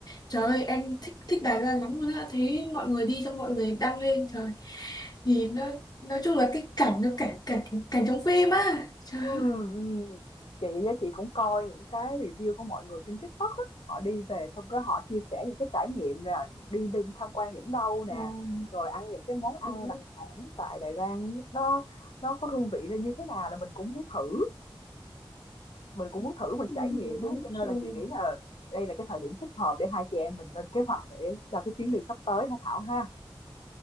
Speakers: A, on the left (about 45°); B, on the left (about 70°).
A: Trời ơi, em thích thích Đài Loan lắm luôn á. Thấy mọi người đi xong mọi người đăng lên trời. Nhìn nó nói chung là cái cảnh nó cảnh cảnh cảnh trong phim á. Trời
B: Ừm,
A: ơi.
B: ừm. Chị á, chị cũng coi những cái review của mọi người trên TikTok á, họ đi về xong cái họ chia sẻ những cái trải nghiệm là đi đi tham quan những đâu nè,
A: Wow,
B: rồi ăn những cái món ăn
A: đúng,
B: đặc sản tại Đài Loan nó nó có hương vị ra như thế nào là mình cũng muốn thử, mình cũng muốn thử mình
A: đúng,
B: trải nghiệm á,
A: đúng
B: cho nên
A: rồi.
B: là chị nghĩ là đây là cái thời điểm thích hợp để hai chị em mình lên kế hoạch để cho cái chuyến đi sắp tới hả Thảo ha.